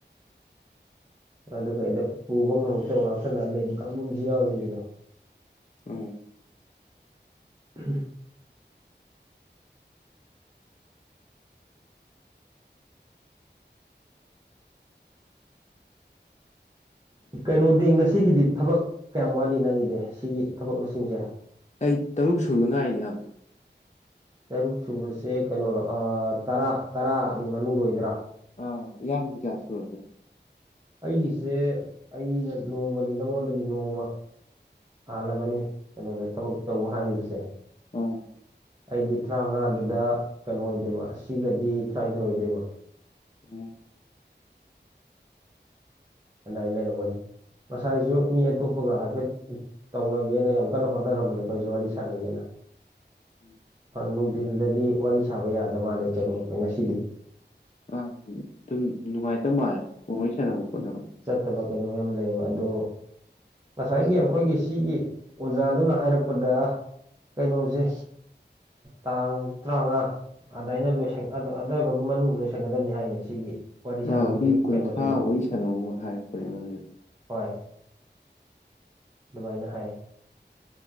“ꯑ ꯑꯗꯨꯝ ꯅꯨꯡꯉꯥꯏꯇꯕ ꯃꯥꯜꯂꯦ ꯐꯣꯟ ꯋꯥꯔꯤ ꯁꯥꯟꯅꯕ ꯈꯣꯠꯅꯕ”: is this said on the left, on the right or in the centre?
Left